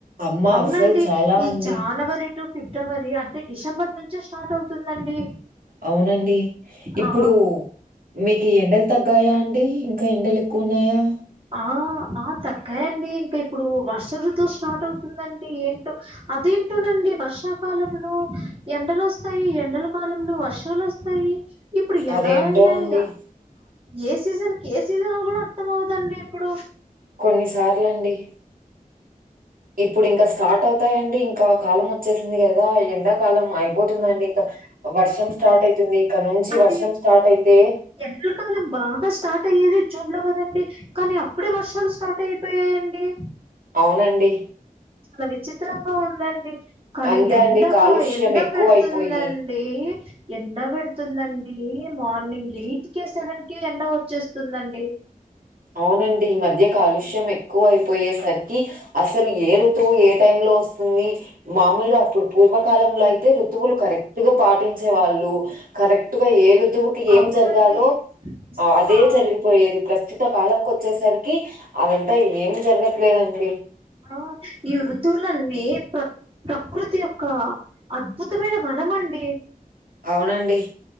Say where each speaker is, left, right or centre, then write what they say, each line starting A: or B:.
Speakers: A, on the right (about 70°); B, on the right (about 40°).
A: అమ్మ
B: అవునండి
A: అస్సలు చాలా
B: ఈ
A: అండి.
B: జానవరి టు ఫిబ్రవరి అంటే డిసెంబర్ నుంచే స్టార్ట్ అవుతుందండి
A: అవునండి ఇప్పుడు
B: ఆ
A: మీకు ఎండలు తగ్గాయా అ అంటే ఇంకా ఎండలు ఎక్కువ ఉన్నాయా
B: ఆ ఆ తగ్గాయి అండి ఇప్పుడు వర్ష ఋతువు స్టార్ట్ అవుతుందండి ఏంటో అదేంటోనండి వర్షాకాలంలో ఎండలు వస్తాయి ఎండల కాలంలో వర్షాలు వస్తాయి ఇప్పుడు ఎలా
A: అదేంటో
B: అయ్యాయి
A: అండి.
B: ఏ సీజన్ కి ఏ సీజన్ కూడా అర్థం కాదు కాదండి ఇప్పుడు
A: కొన్నిసార్లాండి ఇప్పుడు ఇంకా స్టార్ట్ అవుతాయండి ఇంకా కాలం వచ్చేసింది కదా ఎండాకాలం అయిపోతుందండి ఇంకా వర్షం
B: అవునండి
A: స్టార్ట్ అవుతుంది ఇక్క నుంచి
B: అంటే
A: వర్షం స్టార్ట్ అయితే
B: ఎండాకాలం బాగా స్టార్ట్ అయ్యేది జూన్ లో కదండి కానీ అప్పుడే వర్షాలు స్టార్ట్ అయిపోయాయండి
A: అవునండి
B: చాలా విచిత్రంగా ఉందండి కానీ
A: అంతే
B: ఎండక
A: అండి కాలుష్యం
B: ఎండ
A: ఎక్కువైపోయి
B: పెడుతుందండి ఎండ పెడుతుందండి మార్నింగ్ ఎయిట్ కె సెవెన్ కె ఎండ వచ్చేస్తుందండి
A: అవునండి ఈ మధ్య కాలుష్యం ఎక్కువ అయిపోయేసరికి అసలు ఏ రుతువు ఏ టైమ్ లో వస్తుంది మామూలుగా అప్పుడు పూర్వకాలంలో అయితే ఋతువులు కరెక్ట్ గా పాటించే వాళ్ళు కరెక్ట్ గా ఏ ఋతువుకి ఏం
B: అవునండి
A: జరగాలో
B: నిజంగా
A: అదే జరిగిపోయేది ప్రస్తు కాలంకు వచ్చేసరికి అదంతా ఏం జరగట్లేదండి
B: ఆ ఈ ఋతువులండి ప్ర ప్రకృతి యొక్క అద్భుతమైన వరం అండి
A: అవునండి